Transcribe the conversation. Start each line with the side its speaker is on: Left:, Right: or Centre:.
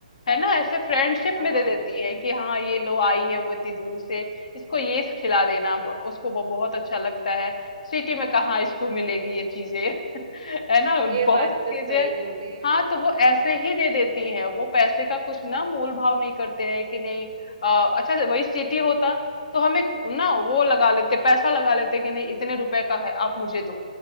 Left: है ना ऐसे फ्रेंडशिप
Right: हाँ
Left: में दे देती है कि हाँ ये लो आई है वो इतनी दूर से इसको ये खिला देना ब- उसको ब- बहुत अच्छा लगता है सिटी में कहाँ इसको मिलेगी ये चीजें है ना
Right: ये
Left: बहुत
Right: बात
Left: सी चीजें
Right: तो सही बोली
Left: हाँ तो वो ऐसे
Right: हाँ
Left: ही दे देती है वो पैसे का कुछ ना मोल भाव नहीं करते हैं कि नहीं आ, अच्छा वही सिटी होता तो हम एक ना वो लगा लेते पैसा लगा लेते कि नहीं इतने रुपए का है आप मुझे दो